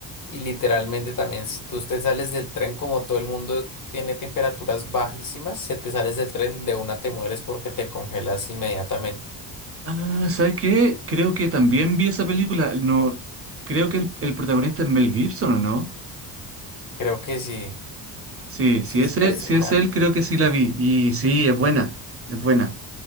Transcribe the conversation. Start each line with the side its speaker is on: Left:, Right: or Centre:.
Left: Y literalmente también, si tú te sales del tren, como todo el mundo tiene temperaturas bajísimas, si te sales del tren, de una te mueres porque te congelas inmediatamente.
Right: Ah, ¿sabes qué? Creo que también vi esa película. No, creo que el, el protagonista es Mel Gibson, ¿o no?
Left: Creo que sí,
Right: Sí,
Left: sí,
Right: si ese,
Left: sí, no estoy
Right: si
Left: mal.
Right: es él, creo que sí la vi. Y sí, es buena, es buena.